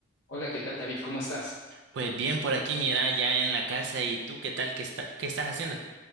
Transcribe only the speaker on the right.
Pues bien, por aquí, mira, ya en la casa. ¿Y tú qué tal? ¿Qué está- qué estás haciendo?